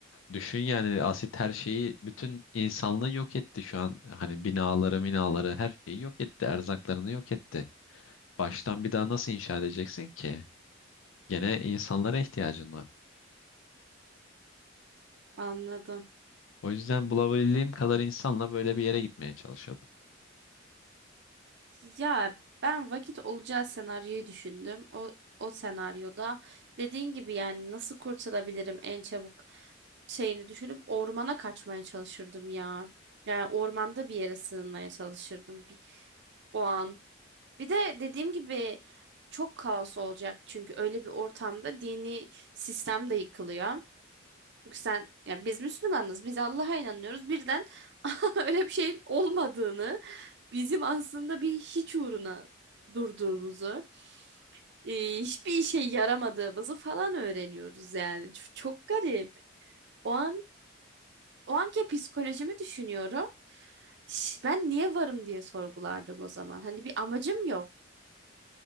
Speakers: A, on the left; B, on the right.
A: düşün yani asit her şeyi bütün insanlığı yok etti şu an. Hani binaları, minaları her şeyi yok etti. Erzaklarını yok etti. Baştan bir daha nasıl inşa edeceksin ki? Gene insanlara ihtiyacın var.
B: Anladım.
A: O yüzden bulabildiğim kadar insanla böyle bir yere gitmeye çalışıyordum.
B: Ya ben vakit olacağı senaryoyu düşündüm. O o senaryoda dediğin gibi yani nasıl kurtulabilirim en çabuk şeyini düşünüp ormana kaçmaya çalışırdım ya. Yani ormanda bir yere sığınmaya çalışırdım bir o an. Bir de dediğim gibi çok kaos olacak çünkü öyle bir ortamda dini sistem de yıkılıyor. Çünkü sen ya biz Müslümanız, biz Allah'a inanıyoruz. Birden <laughs> öyle bir şeyin olmadığını, bizim aslında bir hiç uğruna durduğumuzu, e, hiçbir işe yaramadığımızı falan öğreniyoruz yani. Ç- Çok garip. O an o anki psikolojimi düşünüyorum. Ş- Ben niye varım diye sorgulardım o zaman. Hani bir amacım yok.